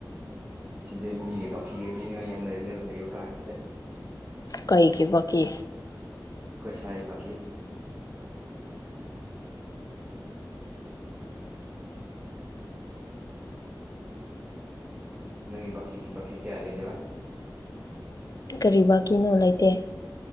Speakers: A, on the right (about 20°); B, on the left (about 50°).
A: ꯁꯤꯗꯤ ꯃꯤꯒꯤ ꯕꯀꯤꯒ ꯄꯤꯅꯤꯡꯉꯥꯏ ꯌꯥꯝ ꯂꯩ ꯂꯩ ꯂꯩꯕ ꯀꯥꯟꯁꯤꯗ
B: ꯀꯩꯒꯤꯕꯀꯤ
A: ꯈꯣꯏ ꯁꯥꯏꯒꯤ ꯕꯥꯀꯤ ꯅꯪꯒꯤ ꯕꯀꯤ ꯕꯀꯤ ꯀꯌꯥ ꯂꯩꯅꯦꯕ
B: ꯀꯔꯤ ꯕꯥꯀꯤꯅꯣ ꯂꯩꯇꯦ